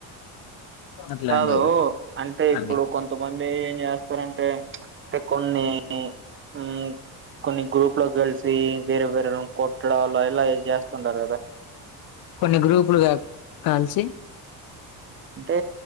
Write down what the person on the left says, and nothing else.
అట్లండి
అన్ని
కొన్ని గ్రూపులుగా కలిసి